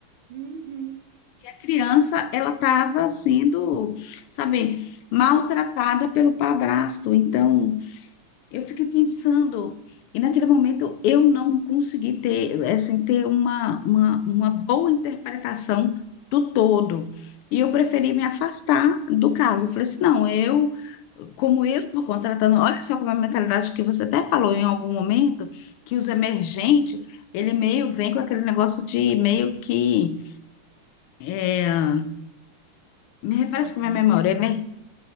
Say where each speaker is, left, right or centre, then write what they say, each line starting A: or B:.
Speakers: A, on the right; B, on the left.
A: uhum,
B: criança ela estava sendo, sabe, maltratada pelo padrasto. Então, eu fiquei pensando, e naquele momento eu não consegui ter, assim, ter uma, uma, uma boa interpretação do todo. E eu
A: uhum.
B: preferi me afastar do caso. Eu falei assim, não, eu, como eu estou contratando, olha só como é a mentalidade que você até falou em algum momento, que os emergentes, ele meio vem com aquele negócio de meio que eh, me
A: Distrata,
B: refresca minha
A: né?
B: memória. é mer-